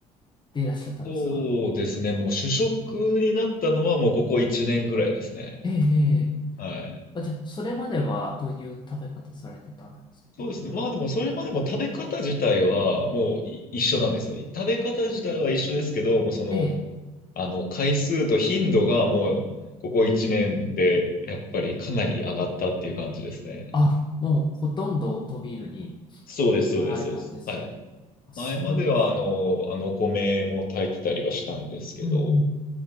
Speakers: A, on the left; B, on the left.
A: でいらっしゃったんですか
B: そうですね。もう主食になったのはもうここ1年ぐらいですね。
A: ええ、ええ。
B: はい。
A: あ、じゃあ、それまではどういう食べ方されてたんですか
B: そうですね。まあでもそれまでも食べ方自体はもうい一緒なんですよ。食べ方自体は一緒ですけど、もうその
A: ええ
B: あの、回数と頻度がもう、ここ1年で、やっぱりかなり上がったっていう感じですね。
A: あ、もうほとんどオートミールに
B: そうです、そうです、
A: なられたんですね。
B: そうです。はい。
A: あ、すごいです。
B: 前までは、あの、あの、お米も炊いてたりはしたんですけど、
A: うんうん。